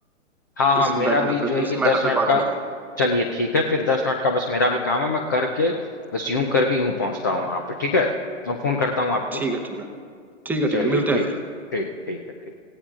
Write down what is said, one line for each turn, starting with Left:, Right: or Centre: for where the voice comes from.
Left: हाँ हाँ
Centre: इस
Left: मेरा
Centre: मैटर
Left: भी
Centre: पे
Left: जो है
Centre: इस
Left: कि
Centre: मैटर
Left: दस मिनट
Centre: पे बात
Left: का
Centre: हो जाए
Left: चलिए ठीक है फिर दस मिनट का बस मेरा भी काम है मैं करके बस यूं करके यूं पहुंचता हूँ वहां पे ठीक है मैं फोन करता हूँ आपको
Centre: ठीक है ठीक है ठीक है
Left: चलिए
Centre: ठीक है मिलते
Left: ठीक
Centre: हैं फिर
Left: ठीक ठीक है ठीक